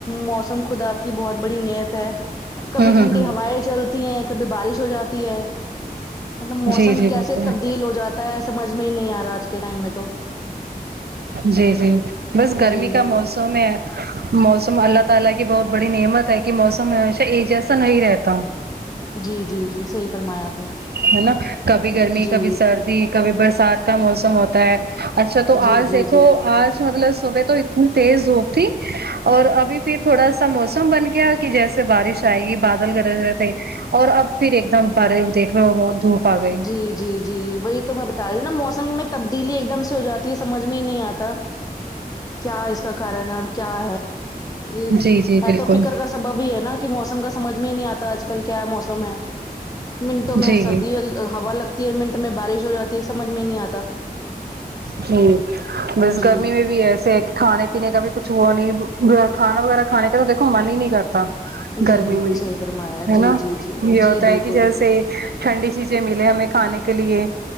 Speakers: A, on the left (about 20°); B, on the right (about 85°).
A: موسم خدا کی بہت بڑی نیت ہے کبھی
B: ہوں ہوں
A: ٹھنڈی ہوائیں
B: ہوں
A: چلتی ہیں کبھی بارش ہو جاتی ہے مطلب موسم
B: جی جی
A: کیسے
B: بالکل
A: تبدیل ہو جاتا ہے سمجھ میں ہی نہیں آ رہا آج کے ٹائم میں تو
B: جی جی بس گرمی
A: جی
B: کا موسم سم موسم اللہ تعالی کی بہت بڑی نعمت ہے کہ موسم ہمیشہ ایک جیسا نہیں رہتا
A: <inaudible> جی جی جی صحیح فرمایا اپ نے
B: ہے نا کبھی گرمی
A: جی
B: کبھی سردی کبھی برسات کا موسم ہوتا ہے اچھا تو
A: جی
B: آج
A: جی
B: دیکھو
A: جی
B: آج مطلب صبح تو اتنی تیز دھوپ تھی اور ابھی پھر تھوڑا سا موسم بن گیا کہ جیس سے بارش آئے گی بادل گرج رہے تھے اور اب پھر ایک دم بارف دیکھ رہو ہو بہت دھوپ آ گئی
A: جی جی جی وہی تو میں بتا رہی ہوں نا موسم میں تبدیلی ایک دم سے ہو جاتی ہے سمجھ میں ہی نہیں آتا کیا اس کا کارن ہے اور کیا ہے یہ
B: جی جی
A: ہے
B: بالکل
A: تو فکر کا سبب ہی ہے نا کہ موسم کا سمجھ میں ہی نہیں آتا آج کل کیا موسم ہے منٹوں میں
B: جی
A: سردی ہوا لگتی ہے منٹ میں بارش ہو جاتی ہے سمجھ میں نہیں آتا
B: جی بس
A: جی
B: گرمی میں بھی بھی ایسے ایک کھانے پینے کا بھی کچھ وہ نہیں کھانا وغیرہ کھانے کا تو دیکھو من ہی نہیں کرتا تا
A: جی
B: گرمی
A: بالکل
B: میں
A: صحیح فرمایا
B: ہے
A: جی
B: نا
A: جی جی
B: یہ ہوتا
A: جی
B: ہے
A: بالکل
B: کہ جیسے سے ٹھنڈی چیزیں ملے ہمیں کھانے کے لیے